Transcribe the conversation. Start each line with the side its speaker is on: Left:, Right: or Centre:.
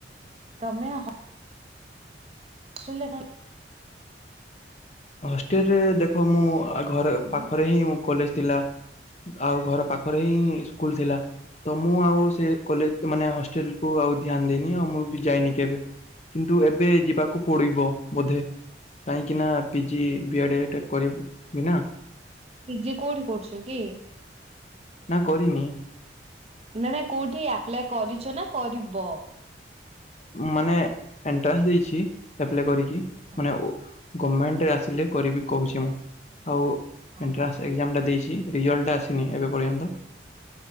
Right: ତମେ ହ ହଷ୍ଟେଲ
Left: ହଷ୍ଟେଲରେ ଦେଖ ମୁଁ ଆ ଘର
Right: ହୁଁ
Left: ପାଖରେ ହିଁ ମୋ କଲେଜ ଥିଲା। ଆଉ ଘର ପାଖରେ ହିଁ ସ୍କୁଲ ଥିଲା। ତ ମୁଁ ଆଉ ସେ କଲେଜ ମାନେ ହଷ୍ଟେଲ କୁ ଆଉ ଧ୍ୟାନ ଦେଇନି। ଆଉ ମୁଁ ବି ଯାଇନି କେବେ। କିନ୍ତୁ ଏବେ ଯିବାକୁ ପଡ଼ିବ ବୋଧେ କାହିଁକି ନା କି ବିଆଡେ ଟା କରିବି ବିନା।
Right: <unintelligible> କୋଉଁଠି କରୁଛ କି?
Left: ନା କରିନି ।
Right: ନାଇ ନାଇଁ କୋଉଠି ଆପ୍ଲାଏ କରିଛ ନା କରିବ?
Left: ମାନେ ଏଣ୍ଟ୍ରାନ୍ସ ଦେଇଛି ଆପ୍ଲାଏ କରିକି
Right: ହଁ
Left: ମାନେ ଗଭର୍ଣ୍ଣମେଣ୍ଟରେ ଆସିଲେ କରିବି କହୁଛି ମୁଁ, ଆଉ ଏଣ୍ଟ୍ରାନ୍ସ
Right: ହଁ
Left: ଏକ୍ଜାମଟା ଦେଇଛି ରିଅଲ୍ଟଟା ଆସିନି ଏବେ ପର୍ଯ୍ୟନ୍ତ।